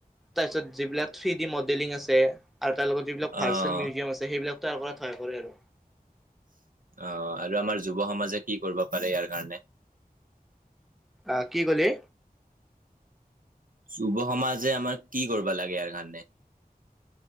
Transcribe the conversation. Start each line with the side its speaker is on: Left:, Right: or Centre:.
Centre: তাৰপিছত যিবিলাক <unintelligible> লিং আছে। আৰু তাৰ লগত যিবিলাক ভাৰ্চুৱেল
Right: অ'
Centre: মিউজিয়াম আছে, সেইবিলাক তাৰ কৰাত সহায় কৰে আৰু
Right: অ' আৰু আমাৰ যুব সমাজে কি কৰিব পাৰে ইয়াৰ কাৰণে?
Centre: আ' কি ক'লি?
Right: যুব সমাজে আমাৰ কি কৰিবা লাগে ইয়াৰ কাৰণে?